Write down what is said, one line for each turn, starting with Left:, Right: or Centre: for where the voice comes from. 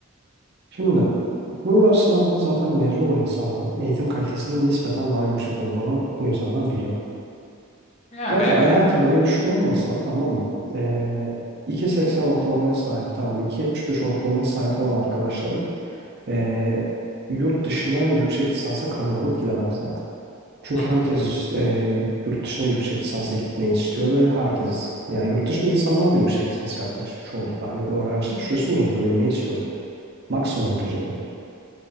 Right: şimdi bu üniversitelerden zaten mezun olan insanların eğitim kalitesinin nispeten daha yüksek olduğunu bu insanlar biliyor.
Left: Yani
Right: Zaten
Left: evet.
Right: eğer ki böyle bir şey olmasa tamam mı? Ee, 2.80 ortalamaya sahip tamam mı? 2.75 ortalamaya sahip olan arkadaşlarım ee, yurt dışına yüksek lisansa kabul alıp gidemezler. Çünkü
Left: Hı hı,
Right: herkes e, yurt dışına yüksek lisansa gitmeyi istiyor ve herkes yani yurt dışındaki insanlar da yüksek lisans yapmak istiyor çoğunlukla. Hani öğrencilik süresini uzatabilmeyi istiyorlar. Maksimum düzeyde.